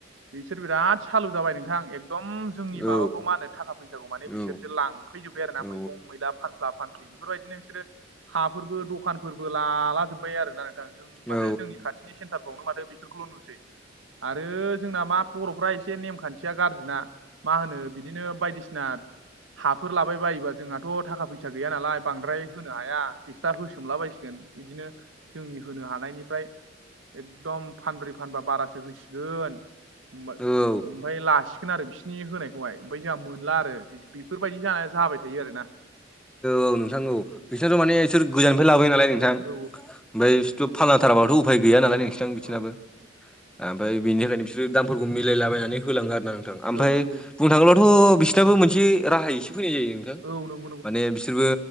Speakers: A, on the right (about 85°); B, in the centre.
A: बिसोर बिराद सालु जाबाय नोंथां एकदम जोंनि
B: औ
A: माबाखौ मा होनो थाखा फैसाखौ माने
B: औ
A: बिसोरसो लां फैजोब्बाय आरो ना
B: औ
A: मैगं मैला फानफ्ला फानफ्लि बेफोरबायदिनो बिसोरो हाफोरबो दखानफोरबो लालाजोब्बाय आरोना नोंथां जों माथो
B: औ
A: जोंनि खाथिनि सेन्टारफ्रावनो माथो बिसोरखौल' नुसै आरो जोंना मा बर'फ्रा एसे नेम खान्थिया गाज्रि ना मा होनो बिदिनो बायदिसिना हाफोर लाबाय बायोबा जोंहाथ' थाखा फैसा गैया नालाय बांद्राय होनो हाया बिस्रा होसोमलाबायसोन बिदिनो जोंनि होनो हानायनिफ्राय एकदम फानब्रै फानबा बारासो होसिगोन <unintelligible>
B: औ
A: ओमफफ्राय लासिगोन आरो बिसिरनि होनायखौहाय ओमफ्राय जोंहा मोनला आरो बि बेफोरबायदि जा जाबाय थायो आरोना
B: औ नोंथां औ बिसोरथ' माने बिसोर गोजाननिफ्राय लाबोयो नालाय नोंथां ओमफ्रायथ'
A: औ
B: फाननाथाराबाथ' उफाय गैया नालाय नोंसि बिसिनाबो
A: औ
B: ओमफफ्राय बेनि थाखायनो बिसोरो दामफोरखौ मिलायलाबायनानै होलाङो आरो ना नोंथां ओमफफ्राय
A: औ औ
B: बुं थागौथ' बिसोरनाबो मोनसे राहाय एसे फैनाय जायो नोंथां
A: औ नों
B: माने बिसोरबो